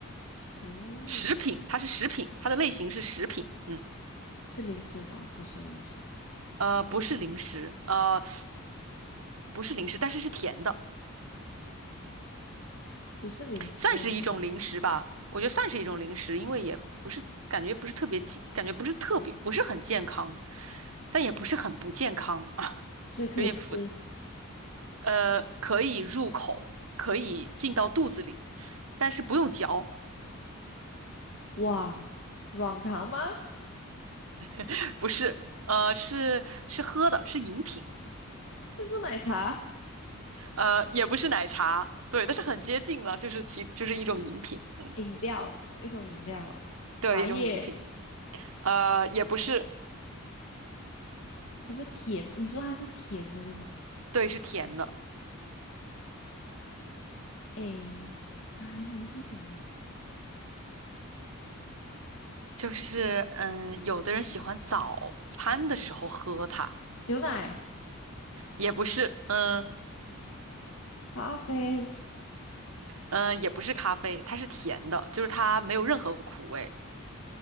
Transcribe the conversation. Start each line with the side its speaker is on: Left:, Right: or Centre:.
Left: 食物
Right: 食品，它是食品，它的类型是食品，嗯。
Left: 是零食吗？不是零食，
Right: 呃，不是零食，呃，不是零食，但是是甜的，
Left: 不是零食，
Right: 算是一种零食吧。
Left: 但是甜的，
Right: 我觉得算是一种零食，因为也不是感觉不是特别健感觉不是特别不是很健康，但也不是很不健康啊，
Left: 所以可以吃。
Right: <laughs> 有点复杂。呃，可以入口，可以进到肚子里，但是不用嚼，
Left: 哇，软糖吗？
Right: <laughs> 不是，呃，是是喝的，是饮品，
Left: 珍珠奶茶
Right: 呃，也不是奶茶，对，但是很接近了，就是其就是一种饮品，
Left: <laughs>
Right: 嗯，
Left: 饮料，一种饮料，
Right: 对，
Left: 茶叶，
Right: 一种饮品。呃，也不是，
Left: 它是甜，你说它是甜的对吧？
Right: 对，是甜的，
Left: 诶，它还能是什么？
Right: 就是嗯，有的人喜欢早餐的时候喝它，
Left: 牛奶、
Right: 也不是，嗯
Left: 咖啡，
Right: 嗯，也不是咖啡，它是甜的，就是它没有任何苦味，